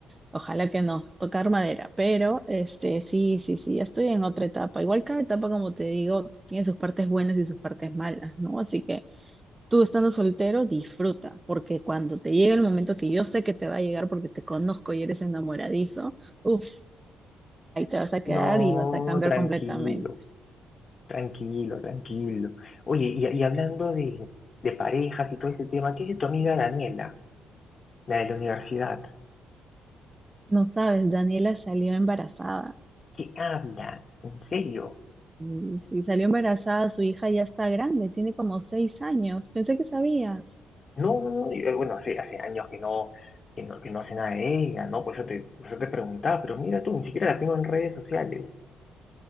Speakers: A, on the right; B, on the left.
A: Ojalá que no, tocar madera, pero este, sí, sí, sí, ya estoy en otra etapa. Igual cada etapa, como te digo, tiene sus partes buenas y sus partes malas, ¿no? Así que tú estando soltero, disfruta, porque cuando te llegue el momento que yo sé que te va a llegar porque te conozco y eres enamoradizo, uff, ahí te vas a quedar
B: No,
A: y vas a cambiar
B: tranquilo,
A: completamente.
B: tranquilo, tranquilo. Oye, y, y hablando de, de parejas y todo ese tema, ¿qué es de tu amiga Daniela, la de la universidad?
A: No sabes, Daniela salió embarazada.
B: ¿Qué habla? ¿En serio?
A: Y, y salió embarazada, su hija ya está grande, tiene como seis años. Pensé que sabías.
B: No, no, no, y, eh, bueno, hace, hace años que no, que no, que no hace nada de ella, ¿no? Por eso te, por eso te preguntaba, pero mira tú, ni siquiera la tengo en redes sociales.